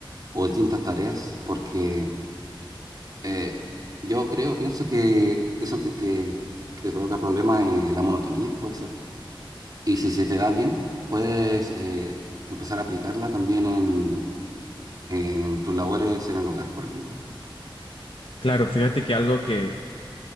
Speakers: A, on the right; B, on the left.
A: o distintas tareas, porque Eh, yo creo, pienso que eso que te, que te provoca problemas es la monotonía, puede ser. Y si se te da bien, puedes eh, empezar a aplicarla también en, en tus labores en el hogar, por ejemplo.
B: Claro, fíjate que algo que,